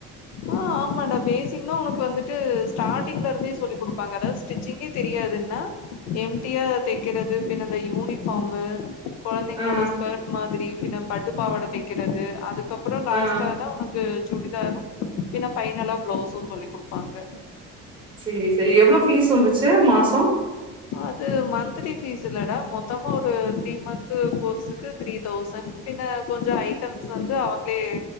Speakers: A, on the left (about 65°); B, on the right (about 15°).
A: ஆ ஆமாடா பேசிக்னா உனக்கு வந்துட்டு ஸ்டார்டிங்லருந்தே சொல்லி குடுப்பாங்க அதாவது ஸ்டிச்சிங்கே தெரியாதுன்னா எம்டியா தெக்கிறது பின்ன அந்த யூனிஃபார்மு கொழந்தைங்ளோட
B: ஆ
A: ஸ்கர்ட் மாதிரி பின்ன பட்டுப் பாவாட தெக்கிறது அதுக் கப்றோ லாஸ்ட்டா
B: ஆ
A: தா உனக்கு சுடிதாரும் பின்ன ஃபைனலா ப்ளௌஸு சொல்லி குடுப்பாங்க
B: செரி செரி எவ்ளோ ஃபீஸ் வந்துச்சே மாசோ
A: அது மந்த்லி ஃபீஸ் இல்லடா மொத்தமா ஒரு த்ரீ மந்த்து கோர்ஸ்சுக்கு த்ரீ தௌசண் பின்னா கொஞ்ச ஐட்டம்ஸ் வந்து அவுங்ளே